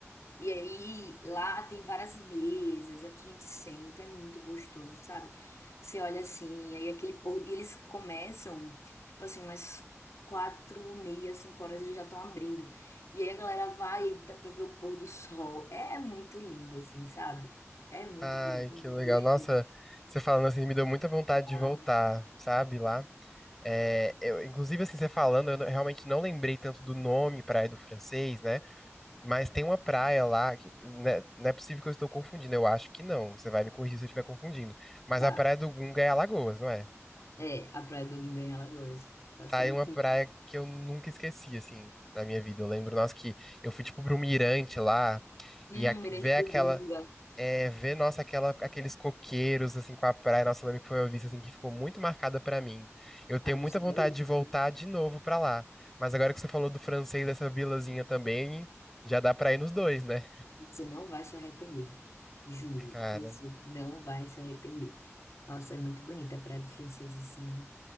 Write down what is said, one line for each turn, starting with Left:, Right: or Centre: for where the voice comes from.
Left: E aí, lá tem várias mesas, a gente senta, é muito gostoso, sabe? Você olha assim, aí aquele pôr, e eles começam, tipo assim, umas quatro, meia, cinco horas eles já estão abrindo. E aí a galera vai e dá pra ver o pôr do sol. É muito lindo, assim, sabe? É muito
Centre: Ai,
Left: bonito,
Centre: que
Left: é muito
Centre: legal.
Left: gostoso.
Centre: Nossa, você falando assim me deu muita vontade
Left: Tá,
Centre: de voltar, sabe, lá. É, eu, inclusive, assim, você falando, eu não- realmente não lembrei tanto do nome Praia do Francês, né? Mas tem uma praia lá, que, né, não é possível que eu estou confundindo, eu acho que não. Você vai me corrigir se eu estiver confundindo. Mas
Left: Tá,
Centre: a praia do Gunga é Alagoas, não é?
Left: é, a Praia do Gunga em Alagoas, tá
Centre: Tá
Left: certinho.
Centre: aí uma praia que eu nunca esqueci, assim, na minha vida. Eu lembro, nossa, que eu fui, tipo, pra um mirante lá
Left: Hum,
Centre: e a-
Left: Mirante
Centre: ver aquela.
Left: do Gunga.
Centre: É, ver, nossa, aquela, aqueles coqueiros, assim, com a praia. Nossa, eu lembro que foi uma vista, assim, que ficou muito marcada pra mim. Eu tenho
Left: Ah,
Centre: muita
Left: isso
Centre: vontade
Left: é belíssimo.
Centre: de voltar de novo pra lá. Mas agora que você falou do francês, dessa vilazinha também, já dá pra ir nos dois, né?
Left: Você não vai se arrepender. Juro,
Centre: Cara.
Left: você não vai se arrepender. Nossa, é muito bonita a Praia do Francês, assim.